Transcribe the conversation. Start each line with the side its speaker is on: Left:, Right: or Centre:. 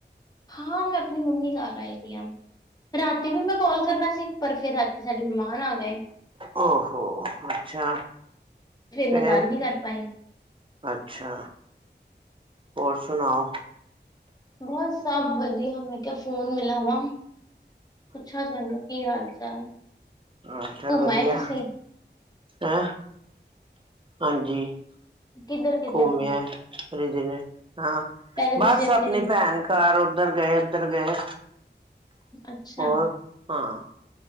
Left: ਹਾਂ, ਮੈਂ ਆਪਣੀ ਮੰਮੀ ਨਾਲ ਆਈ ਦੀ ਆਂ। ਰਾਤੀ ਮੈਂ ਵੀ ਕਾਲ ਕਰਨਾ ਸੀ ਪਰ ਫਿਰ ਰਾਤੀ ਸਾਡੇ ਮਹਿਮਾਨ ਆ ਗਏ।
Right: ਓਹੋ, ਅੱਛਾ। ਫਿਰ
Left: ਮੈਂ ਗੱਲ ਨੀ ਕਰ ਪਾਈ
Right: ਅੱਛਾ, ਹੋਰ ਸੁਣਾਓ।
Left: ਬਹੁਤ ਸਭ ਵਧੀਆ ਮੈਂ ਕਿਆ ਫੋਨ ਮਿਲਾਵਾਂ ਪੁੱਛਾਂ ਤੁਹਾਨੂੰ ਕੀ ਹਾਲ? <unintelligible>
Right: ਹਾਲ ਚਾਲ
Left: ਘੁੰਮ
Right: ਵਧੀਆ,
Left: ਆਏ ਤੁਸੀਂ
Right: ਹੈਂ! ਹਾਂਜੀ।
Left: ਕਿੱਧਰ ਕਿੱਧਰ
Right: ਘੁੰਮਿ
Left: ਘੁੰਮ
Right: ਆਏ <inaudible> ਦਿਨੇ। ਹਾਂ,
Left: ਪਹਿਲੇ
Right: ਬਸ
Left: ਤੁਸੀਂ ਆਪਣੇ
Right: ਆਪਣੀ ਭੈਣ ਘਰ ਉੱਧਰ ਗਏ, ਇਧਰ ਗਏ।
Left: ਅੱਛਾ।
Right: ਹੋਰ ਹਾਂ